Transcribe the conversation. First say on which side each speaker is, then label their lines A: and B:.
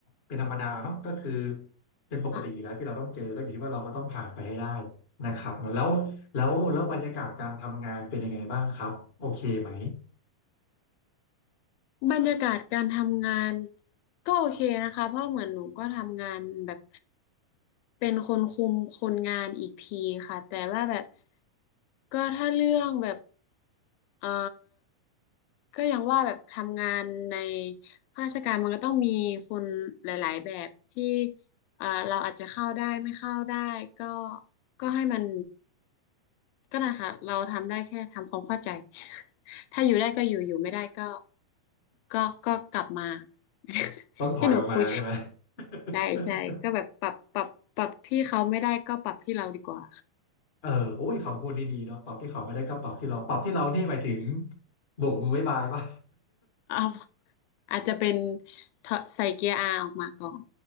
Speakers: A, on the left; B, on the left.
A: เป็นธรรมดาเนาะก็คือเป็นปกติอยู่แล้วที่เราต้องเจอก็อยู่ที่ว่าเราก็ต้องผ่านไปให้ได้
B: ค่ะ
A: นะครับอแล้วแล้วแล้วบรรยากาศการทำงานเป็นยังไงบ้างครับโอเคไหม
B: บรรยากาศการทำงานก็โอเคนะคะเพราะเหมือนหนูก็ทำงานแบบเป็นคนคุมคนงานอีกทีค่ะแต่ว่าแบบก็ถ้าเรื่องแบบเอ่อก็ยังว่าแบบทำงานในข้าราชการมันก็ต้องมีคนหลายๆแบบที่เอ่อเราอาจจะเข้าได้ไม่เข้าได้ก็ก็ให้มันก็นะคะเราทำได้แค่ทำความเข้าใจ <laughs> ถ้าอยู่ได้ก็อยู่อยู่ไม่ได้ก็ ก็ก็กลับมา <laughs>
A: <laughs> ต้องถอยออกมาใช่ไหม
B: ที่หนูคุย <laughs>
A: <laughs>
B: ได้ใช่ก็แบบปรับปรับปรับที่เขาไม่ได้ก็ปรับที่เราดีกว่า
A: เออโอ้ยคำพูดนี่ดีเนาะปรับที่เขาไม่ได้ก็ปรับที่เราปรับที่เรานี่หมายถึงโบกมือบ๊ายบายป่ะ
B: <laughs> เอาอาจจะเป็นถอดใส่เกียร์อาออกมาก่อน